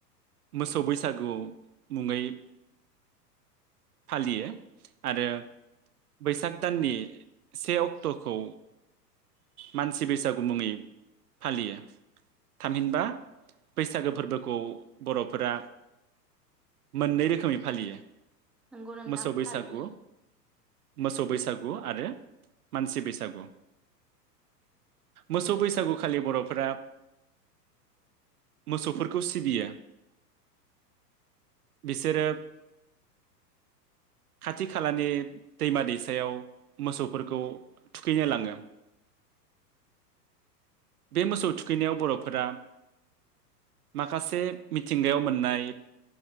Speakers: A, on the right (about 65°); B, in the centre.
A: मोसौ बैसागु मुङै फालियो आरो बैसाग दाननि से अक्ट'खौ मानसि बैसागु मुङै फालियो थामहिनबा बैसागो फोरबोखौ बर'फोरा मोननै रोखोमै फालियो।
B: नंगौ नोंथां
A: मोसौ बैसागु
B: थारैनो
A: मोसौ बैसागु आरो मानसि बैसागु मोसौ बैसागु खालि बर'फोरा मोसौफोरखौ सिबियो बिसोरो खाथि खालानि दैमा दैसायाव मोसौफोरखौ थुखैनो लाङो बे मोसौ थुखैनायाव बर'फोरा माखासे मिथिंगायाव मोननाय